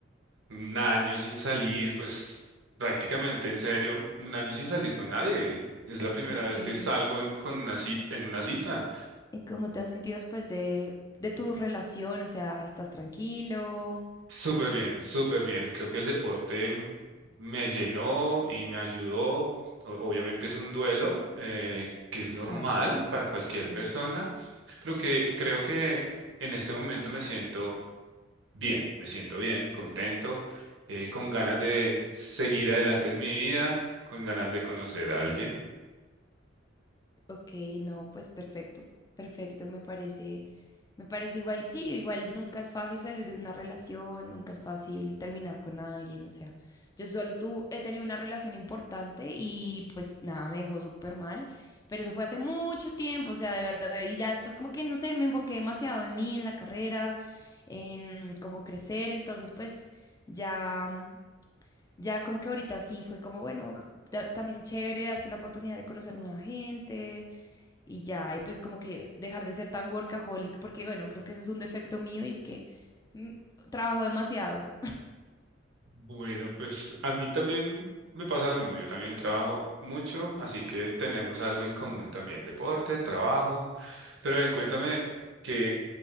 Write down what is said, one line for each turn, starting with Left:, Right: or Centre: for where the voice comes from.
Right: un año sin salir, pues prácticamente en serio, un año sin salir con nadie. Es la primera
Left: Ok.
Right: vez
Left: ¿Y
Right: que salgo en, con una cita, en una cita.
Left: cómo te has sentido después de, de tu relación? O sea, ¿estás tranquilo?
Right: Súper bien, súper bien. Creo que el deporte m- me llenó y me ayudó. O- Obviamente es un duelo eh, que es normal
Left: Claro,
Right: para cualquier
Left: normal.
Right: persona, pero
Left: Total.
Right: que creo que en este momento me siento bien, me siento bien, contento, eh, con ganas de seguir adelante en mi vida, con ganas de conocer a alguien.
Left: Ok, no, pues perfecto, perfecto, me parece, me parece igual, sí, igual nunca es fácil salir de una relación, nunca es fácil terminar con alguien, o sea, yo solo tú he tenido una relación importante y pues nada, me dejó súper mal, pero eso fue hace mucho tiempo, o sea, de verdad, y ya después como que, no sé, me enfoqué demasiado en mí, en la carrera, en cómo crecer, entonces pues ya. Ya como que ahorita sí fue como, bueno, ta- también chévere darse la oportunidad de conocer nueva gente y ya, y pues como que dejar de ser tan workaholic, porque bueno, creo que ese es un defecto mío y es que mm, trabajo demasiado.
Right: Bueno, pues a mí también me pasa lo mismo. Yo también trabajo mucho, así que tenemos algo en común también, deporte, trabajo. Pero ven, cuéntame, ¿qué,